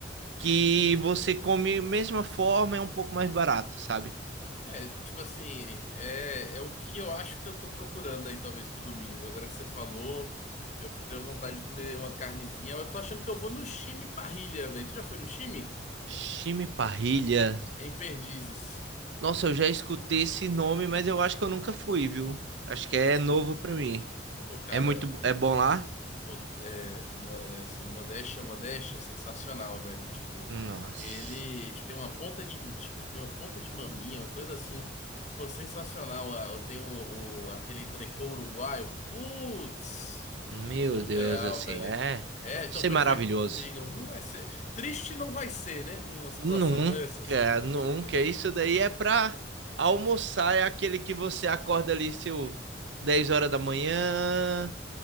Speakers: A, on the right; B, on the left.
A: que você come mesma forma, é um pouco mais barato, sabe?
B: É, tipo assim, é, é o que eu acho que eu tô procurando aí, talvez, pro domingo. Agora que você falou, eu deu vontade de comer uma carnezinha. Eu tô achando que eu vou no Chime Parrilha, velho. Tu já foi no Chime?
A: Chimiparrilha.
B: É em Perdizes.
A: Nossa, eu já escutei esse nome, mas eu acho que eu nunca fui, viu? Acho que é novo pra mim.
B: Pô, cara,
A: É muito, bo- é bom lá?
B: Pô, É, mo- é, assim, modéstia, modéstia, sensacional, velho. Tipo,
A: Nossa.
B: ele, tipo, tem uma ponta de, tipo, tem uma ponta de maminha, uma coisa assim. Pô, sensacional. Ah, Eu tenho o, o- aquele entrecô uruguaio. Putz,
A: Meu
B: surreal,
A: Deus, assim,
B: velho.
A: é,
B: É, então
A: isso
B: perfeito
A: é maravilhoso.
B: pro domingo. Não vai ser. Triste não vai ser, né? Uma situação
A: Nunca,
B: dessas? Nunca.
A: nunca. Isso daí é pra almoçar, é aquele que você acorda ali seu 10 horas da manhã,